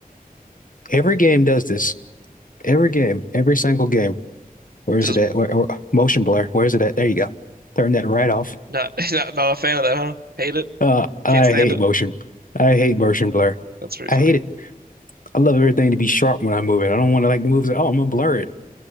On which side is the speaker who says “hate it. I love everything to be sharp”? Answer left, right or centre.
Left